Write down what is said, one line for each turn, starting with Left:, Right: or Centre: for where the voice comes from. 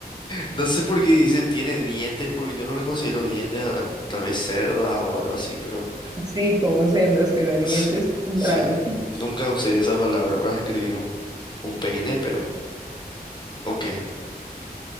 Left: No sé por qué dicen tiene dientes, porque yo no le considero dientes, a- a- tal vez cerdas o algo así, pero
Right: sí, como cerdos, pero dientes
Left: s- sí,
Right: raro.
Left: nunca usé esa palabra para escribir un, un peine, pero ok.